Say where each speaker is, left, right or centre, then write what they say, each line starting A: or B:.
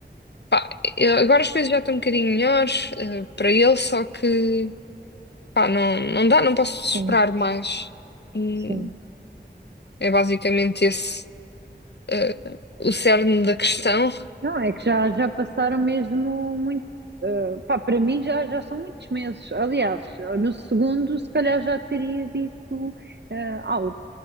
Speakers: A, on the left; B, on the right.
A: pá, eu- agora as coisas já estão um bocadinho melhores, eh, para ele, só que, pá, não, não dá, não posso
B: sim,
A: esperar mais. Hum,
B: sim.
A: É basicamente esse, eh, o cerne da questão.
B: Não, é que já, já passaram mesmo muito. eh, pá, para mim já, já são muitos meses. Aliás, no segundo, se calhar já teria dito eh, algo.